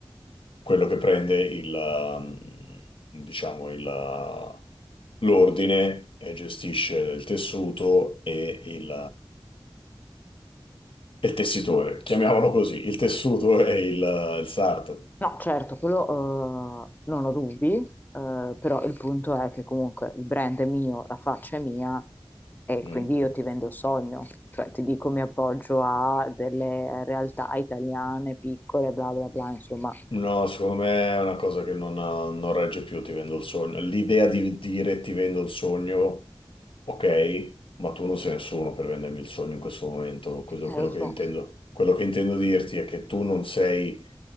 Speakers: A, on the left; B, on the left.
A: quello che prende il, ehm, diciamo, il, eh, l'ordine e gestisce il tessuto e il, eh, il tessitore, chiamiamolo così, il tessuto
B: Eh,
A: e il, eh, il sarto.
B: No, certo, quello eh, non ho dubbi, eh, però il punto è che comunque il brand è mio, la faccia è mia e
A: Mm?
B: quindi io ti vendo il sogno, cioè ti dico mi appoggio a delle realtà italiane piccole, bla bla bla, insomma,
A: No, secondo me è una cosa che non, non regge più, ti vendo il sogno. L'idea di dire ti vendo il sogno, ok, ma tu non sei nessuno per vendermi il sogno in questo momento. Questo
B: eh
A: è quello
B: lo so.
A: che intendo. Quello che intendo dirti è che tu non sei